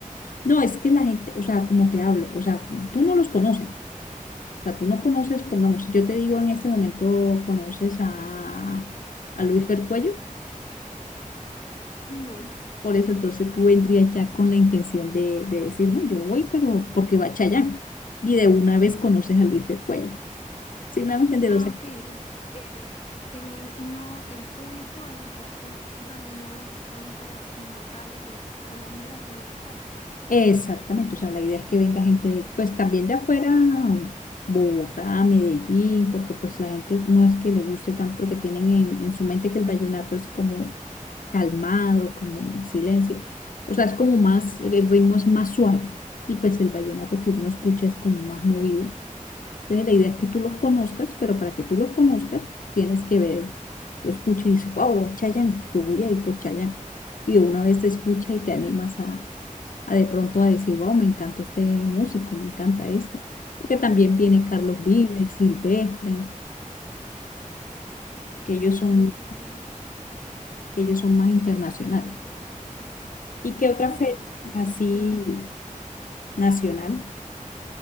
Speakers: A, on the left; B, on the left.
A: No, es que la gente, o sea, como te hablo, o sea, tú no los conoces, O sea, tú no conoces, pongamos, si yo te digo en este momento conoces a, a Luis Fercuello,
B: No.
A: por eso entonces tú vendrías ya con la intención de, de decir, no, yo voy, pero porque va Chayán. Y de una vez conoces a Luis Fercuello. ¿Sí me hago entender?
B: Ah,
A: O sea,
B: ok. Entonces, eh, en- no, el público al que apuntan no es tanto local de Colombia, sino de afuera.
A: Exactamente, o sea, la idea es que venga gente, de, pues también de afuera, Bogotá, Medellín, porque pues la gente no es que le guste tanto, porque tienen en, en su mente que el vallenato es como calmado, como en silencio, o sea, es como más, el ritmo es más suave, y pues el vallenato que uno escucha es como más movido. Entonces, la idea es que tú los conozcas, pero para que tú los conozcas, tú tienes que ver, tú escuchas y dices, wow, a Chayanne, yo voy a ir por Chayanne. Y de una vez te escucha y te animas a, a de pronto a decir, wow, me encanta este músico, me encanta este. Porque también viene Carlos Vives, Silvestre, que ellos son,
B: Ujú. Ok, ya, ya.
A: que ellos son más internacionales. ¿Y qué otra
B: Ujú,
A: feria así
B: Claro.
A: nacional